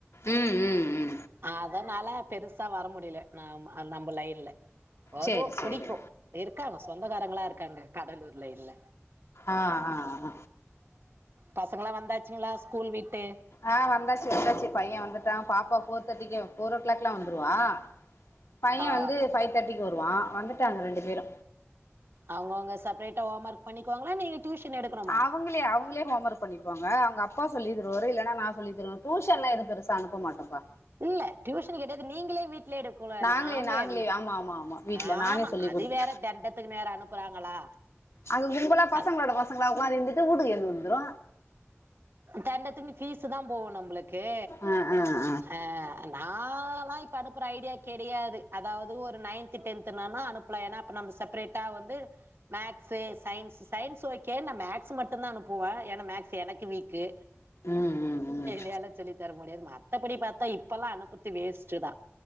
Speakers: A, on the left; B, on the right.
A: ம் ம் ம்
B: அதனால பெருசா வர முடில ந நம்ப லைன்ல வருவோ
A: சரி சரி
B: புடிக்கோ இருக்காங்க சொந்தக்காரங்களா இருக்காங்க கடலூர்ல இல்ல
A: ஆ ஆ ஆ
B: பசங்ளா வந்தாச்சிங்ளா ஸ்கூல் விட்டு
A: ஆ வந்தாச்சி வந்தாச்சி பைய வந்துட்டா பாப்பா போத் தேட்டிக்கே ஃபோரோ க்ளாக்லா வந்துருவா பைய
B: ஆ
A: வந்து ஃபை தாட்டிக்கு வருவா வந்துட்டாங்க ரெண்டு பேரு
B: அவுங்கவுங்க செப்ரேட்டா ஹோம் ஒர்க் பண்ணிக்வாங்களா நீங்க டுயூஷன் எடுக்கனம்
A: அவுங்ளே அவுங்ளே ஹோம் ஒர்க் பண்ணிப்பாங்க அவுங்க அப்பா சொல்லித் தருவாரு இல்லன்னா நா சொல்லி தருவ டுயூஷன்ல்லா எது பெருசா அனுப்ப மாட்டோப்பா
B: இல்ல டியூஷன் கிடையாது நீங்களே வீட்லயே எடுக்கல
A: நாங்ளே
B: நாம
A: நாங்ளே
B: என்ன
A: ஆமா ஆமா ஆமா வீட்ல
B: ஆமா
A: நானே சொல்லி
B: அது
A: குடுப்பே
B: வேற தண்டத்துக்கு வேற அனுப்புறாங்களா
A: அது கும்பல பசங்களோட
B: அது
A: பச ங்ளா உக்காந்துந்துட்டு ஊட்டுக்கு ஏந்து வந்துரு
B: தண்டத்துக்குனு ஃபீசுதா போகு நம்ளுக்கு
A: அ அ அ
B: ஆ நாலா இப்ப அனுப்புற ஐடியா கெடையாது அதாவது ஒரு நைன்த் டென் துனான அனுப்லா ஏனா நம்ம செப்ரேட்டா வந்து மேக்சு சயின்ஸ்சு சயின்ஸ்சு ஓகே நா மேக்ஸ் மட்டு தா அனுப்புவே ஏனா மேக்ஸ் சு எனக்கு வீக்கு
A: ம் ம் ம்
B: வேல சொல்லி தர முடியாது மத்தபடி பாத்தா இப்பெல்லா அனுப் புத்து வேஸ்டு தா